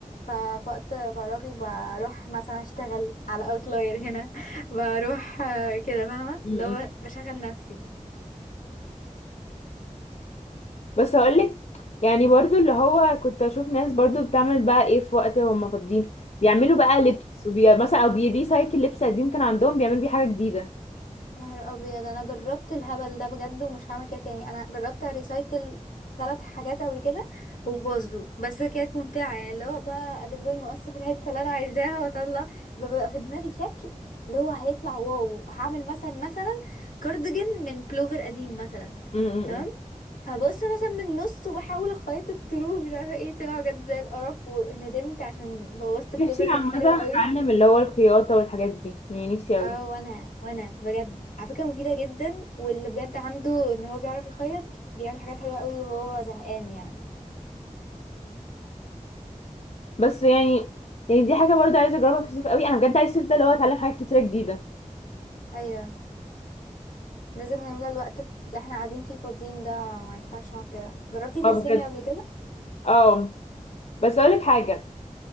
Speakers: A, on the left; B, on the left.
A: ففي وقت فراغي بروح مثلا اشتغل على اوتلاير هنا <laughs> بروح آه، كده فاهمه
B: م-
A: لو
B: م.
A: ب- بشغل نفسي
B: بس هقولك يعني برضو اللي هو كنت اشوف ناس برضو بتعمل بقى ايه في وقت هم فاضيين بيعملوا بقى لبس وبي... مثلا او بيريسايكل لبس قديم كان عندهم بيعملوا بيه حاجه جديده
A: نهار ابيض انا جربت الهبل ده بجد ومش هعمل كده تاني انا جربت ريسايكل ثلاث حاجات قبل كده وباظوا بس كانت ممتعه يعني اللي هو بقى ادب المقص في الحته اللي انا عايزاها واطلع ببقى في دماغي شكل اللي هو هيطلع واو هعمل مثلا مثلا كارديجان من بلوفر قديم مثلا
B: م- م-
A: تمام
B: م.
A: فبص مثلا من النص واحاول اخيط الطرو مش عارفه ايه طلع بجد زي القرف وندمت عشان بوظت
B: نفسي
A: بلوفر كان
B: عامه
A: حلو قوي
B: اتعلم اللي هو الخياطه والحاجات دي يعني نفسي قوي
A: اه وانا وانا بجد على فكره مفيده جدا واللي بجد عنده ان هو بيعرف يخيط بيعمل حاجات حلوه قوي وهو زهقان يعني
B: بس يعني يعني دي حاجه برضه عايزه اجربها في الصيف قوي انا بجد عايز الصيف ده اللي هو اتعلم حاجات كتيره جديده
A: ايوه لازم نملى الوقت اللي احنا قاعدين فيه فاضيين ده ما ينفعش نقعد كده جربتي
B: اه
A: ترسمي
B: بجد
A: قبل كده
B: اه بس اقولك حاجه